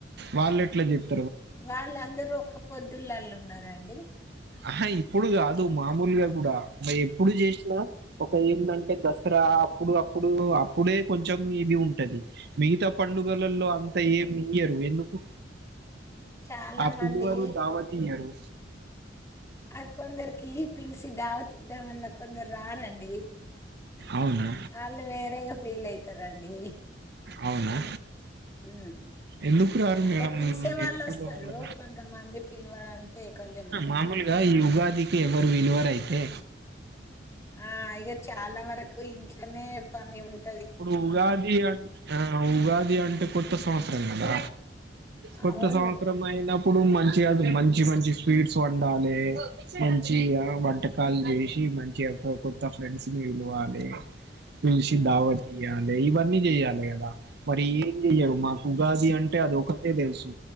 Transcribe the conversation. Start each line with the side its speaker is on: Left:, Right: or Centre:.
Right: వాళ్ళు ఎట్లా చెప్
Left: వాళ్ళందరుూ ఒక పొద్దుల ళ్ళఉన్నరండి
Right: ఆహా ఇప్పుడు కాదు మామూలుగా కూడా మరి ఎప్పుడు చేసినా ఒక ఏందాంటే దసరా అప్పుడు అప్పుడు అప్పుడే కొంచెం ఇది ఉంటంది మిగతా పండుగలలో అంత ఏం మీయరు ఎందుకు
Left: చాలా
Right: ఆ
Left: మంది
Right: పిలువరు దావతయరు
Left: ఆ కొందరికిీ పిలిసి దావతిద్దామన్న కొందరు రారండి
Right: అవునా
Left: వాళ్ళు వేరేగా ఫీల్ అఇతారంండి
Right: అవునా
Left: ఉమ్
Right: ఎందుకు రారు
Left: అంటే
Right: మేడం
Left: పిలిచే వాళ్ళు
Right: ఏం పిలవాలి
Left: వస్తారు కొంతమంది పిలవాలంటే కొంచెం
Right: మామూలుగా ఆ ఉగాదికి ఎవరు విలువర అయితే
Left: ఆ ఇగ చాలా వరకు ఇంట్లోనే పని ఉంటు
Right: ఇప్పుడు ఉగాది అ ఆ ఉగాది అంటే కొత్త సంవత్సరం కదా కొత్త
Left: అవును
Right: సంవత్సరం అయినప్పుడు మంచి అదు మంచి మంచి స్వీట్ ండాలే మంచి వంటకాలు చేసి మంచి ఎఫ ఫ్రెండ్స్ విలువానే పిల్చి
Left: ఉమ్
Right: దావత్ అది ఇవన్నీ చెయ్యాలి కదా మరి ఏం చెయ్యరు మాకు ఉగాది అంటే అది ఒకటే తెలుసు